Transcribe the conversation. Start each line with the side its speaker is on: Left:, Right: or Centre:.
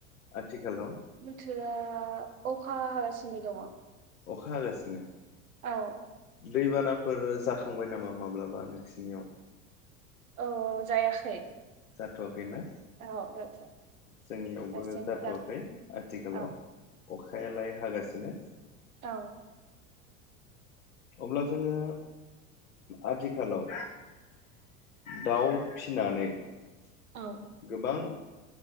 Left: आथिखालाव
Right: बोथोरा अखा हागासिनो दङ
Left: अखा हागासिनो
Right: औ
Left: दैबानाफोर जाखांबाय नामा माब्लाबा नोंसिनियाव
Right: औ जायाखै
Left: जाथवाखै ना
Right: <unintelligible>
Left: जोंनियावबो
Right: दासिमहालागै
Left: जाथवाखै आथिखालाव
Right: औ
Left: अखायालाय हागासिनो
Right: औ
Left: अब्ला जोङो आथिखालाव दाउ फिनानै
Right: औ
Left: गोबां